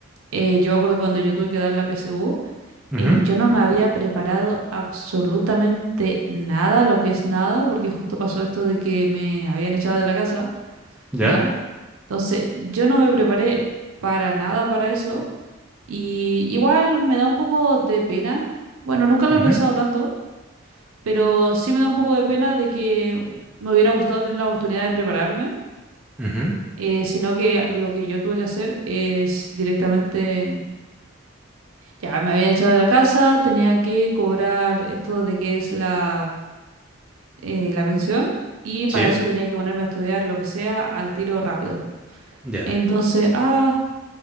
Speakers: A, on the right; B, in the centre.
A: eh, yo me acuerdo cuando yo tuve que dar la PSU,
B: Ujú,
A: eh, yo no me había preparado absolutamente nada, lo que es nada, porque justo pasó esto de que me habían echado de la casa,
B: ya.
A: ¿ya? Entonces, yo no me preparé para nada para eso, y igual me da un poco de pena. Bueno, nunca lo
B: ujú,
A: he pensado tanto pero sí me da un poco de pena de que me hubiera gustado tener la oportunidad de prepararme,
B: ujú,
A: eh, sino que lo que yo tuve que hacer es directamente, ya me habían echado de la casa, tenía que cobrar esto de que es la, eh, la pensión y para
B: sí,
A: eso tenía que ponerme a estudiar lo que sea al tiro rápido.
B: ya.
A: Entonces, ah,